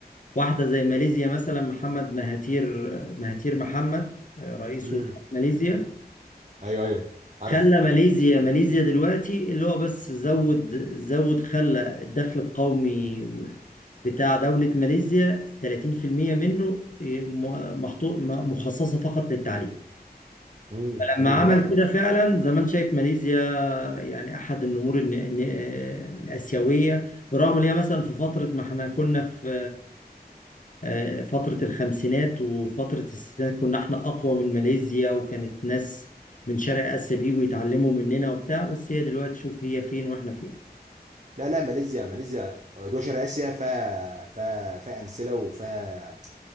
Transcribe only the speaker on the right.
امم
أيوه أيوه عارف
امم
امم
لا
لا لا ماليزيا ماليزيا دول شرق آسيا فيها فيها فيها أمثلة وفيها